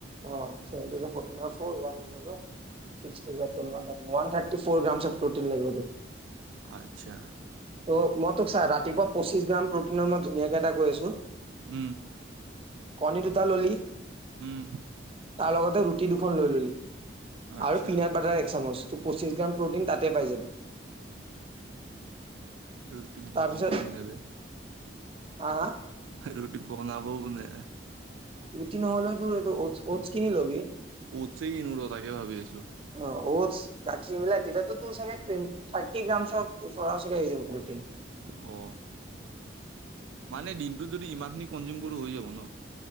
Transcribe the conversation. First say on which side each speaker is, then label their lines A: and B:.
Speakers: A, on the right (about 30°); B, on the right (about 85°).
A: অ চেনটোযে ফৰটিনৰ ফৰ ওৱান নহব চিস্কিটি লেক <unintelligible> ৱান ৰ্থাৰটিনৰ ৱানৰ্থাৰ্ <unintelligible> ফ'ৰ গ্ৰাম চ প্ৰটিন লাগিব।
B: আচ্ছা।
A: ত মই তোক চা, ৰাতিপুৱা পঁচিশ গ্ৰাম প্ৰটিনৰ মই ধুনীয়াকে এটা কৈ আছো।
B: উম।
A: কণী দুটা ললি।
B: উম।
A: তাৰ লগতে ৰুটি দুখন লৈ ললি।
B: আচ্ছা
A: আৰু পিনাট বাটাৰ এক চামুচ। ত পঁচিছ গ্ৰাম প্ৰ'টিন তাতে পাই যাবি।
B: ৰুটি
A: তাৰপিছত
B: বনাবও কেনেকে।
A: হা।
B: ৰুটি বনাবও কোনে।
A: ৰুটি নহলেতো এইটো অটচ কিনি লবি।
B: উছে কিনিব লাগে তাকে ভাবি আছো।
A: অ অ'টছ গাখীৰ মিলা তিতাটো তো তোৰ চাগে থাৰ্টি গ্ৰাম ওচৰা ওচৰি হৈ যাব।
B: অ মানে দিনটো যদি ইমানখিনি কনজিউম কৰো হৈ যাব ন।